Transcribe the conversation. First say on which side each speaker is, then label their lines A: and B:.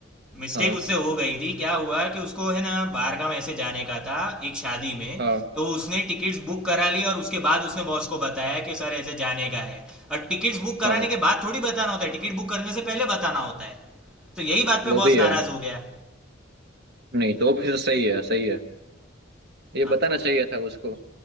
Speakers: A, in the centre; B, on the right (about 55°).
A: मिस्टेक
B: हाँ
A: उससे हो गई थी क्या हुआ कि उसको है ना बाहरगाम ऐसे जाने का था एक शादी में
B: हाँ
A: तो उसने टिकट्स बुक करा ली और उसके बाद उसने बॉस को बताया कि सर ऐसे जाने का है और टिकट्स बुक कराने
B: हाँ
A: के बाद थोड़ी बताना होता है टिकट बुक करने से पहले बताना होता है तो यही बात पे
B: वो भी
A: बॉस नाराज
B: है
A: हो गया
B: नहीं तो भी तो सही है सही है ये
A: हाँ,
B: बताना
A: तो-
B: चाहिए था उसको